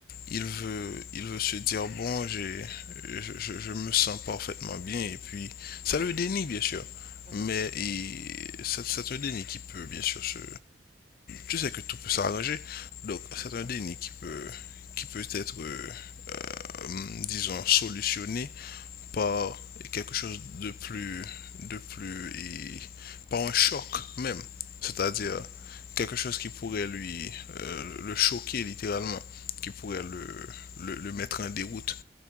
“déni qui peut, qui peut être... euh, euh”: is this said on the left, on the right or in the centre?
Left